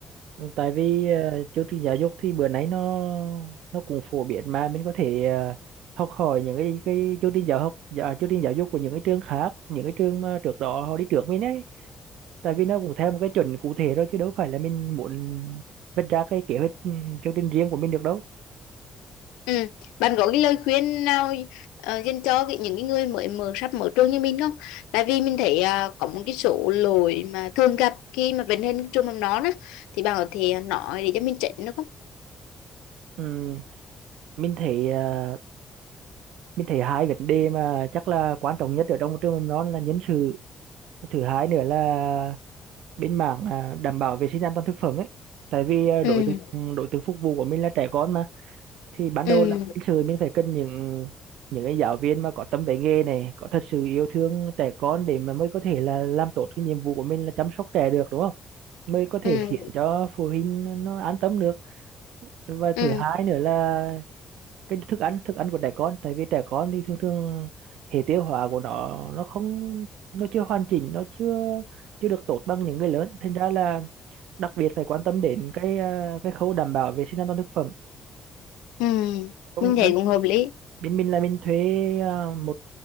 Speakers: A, on the right (about 70°); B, on the left (about 75°).
A: Ừ, tại vì ờ, chương trình giáo dục thì bữa nay nó nó cũng phổ biến mà mình có thể ờ, học hỏi những cái cái chương trình giáo học dạ, chương trình giáo dục của những cái trường khác những cái trường mà trước đó họ đi trước mình ấy tại vì nó cũng theo một cái chuẩn cụ thể rồi chứ đâu phải là mình muốn vạch ra cái kế hoạch ừ, chương trình riêng của mình được đâu
B: ừ. bạn có cái lời khuyên nào ờ, dành cho cái, những cái người mới mở sắp mở trường như mình không tại vì mình thấy ờ, có một cái số lỗi mà thường gặp khi mà vấn lên trường mầm non á thì bạn có thể nói để cho mình chỉnh được không
A: Ừm, mình thấy ờ, mình thấy hai vấn đề mà chắc là quan trọng nhất ở trong một trường mầm non là nhân sự thứ hai nữa là bên mảng à, đảm bảo vệ sinh an toàn thực phẩm ấy tại vì à,
B: ừ
A: đối tượng ừ, đối tượng phục vụ của mình là trẻ con mà thì ban
B: ừ
A: đầu là nhân sự mình phải cần những những cái giáo viên mà có tâm với nghề này có thật sự yêu thương trẻ con để mà mới có thể là làm tốt cái nhiệm vụ của mình là chăm sóc trẻ được đúng không mới có thể
B: ừ
A: khiến cho phụ huynh nó an tâm được và
B: ừ
A: thứ hai nữa là cái thức ăn thức ăn của trẻ con tại vì trẻ con thì thường thường hệ tiêu hóa của nó nó không nó chưa hoàn chỉnh nó chưa chưa được tốt bằng những người lớn thành ra là đặc biệt phải quan tâm đến cái ờ, cái khâu đảm bảo vệ sinh an toàn thực phẩm
B: ừ
A: có
B: mình
A: nghĩa bên
B: thấy cũng hợp lý
A: bên mình là mình thuê ờ, một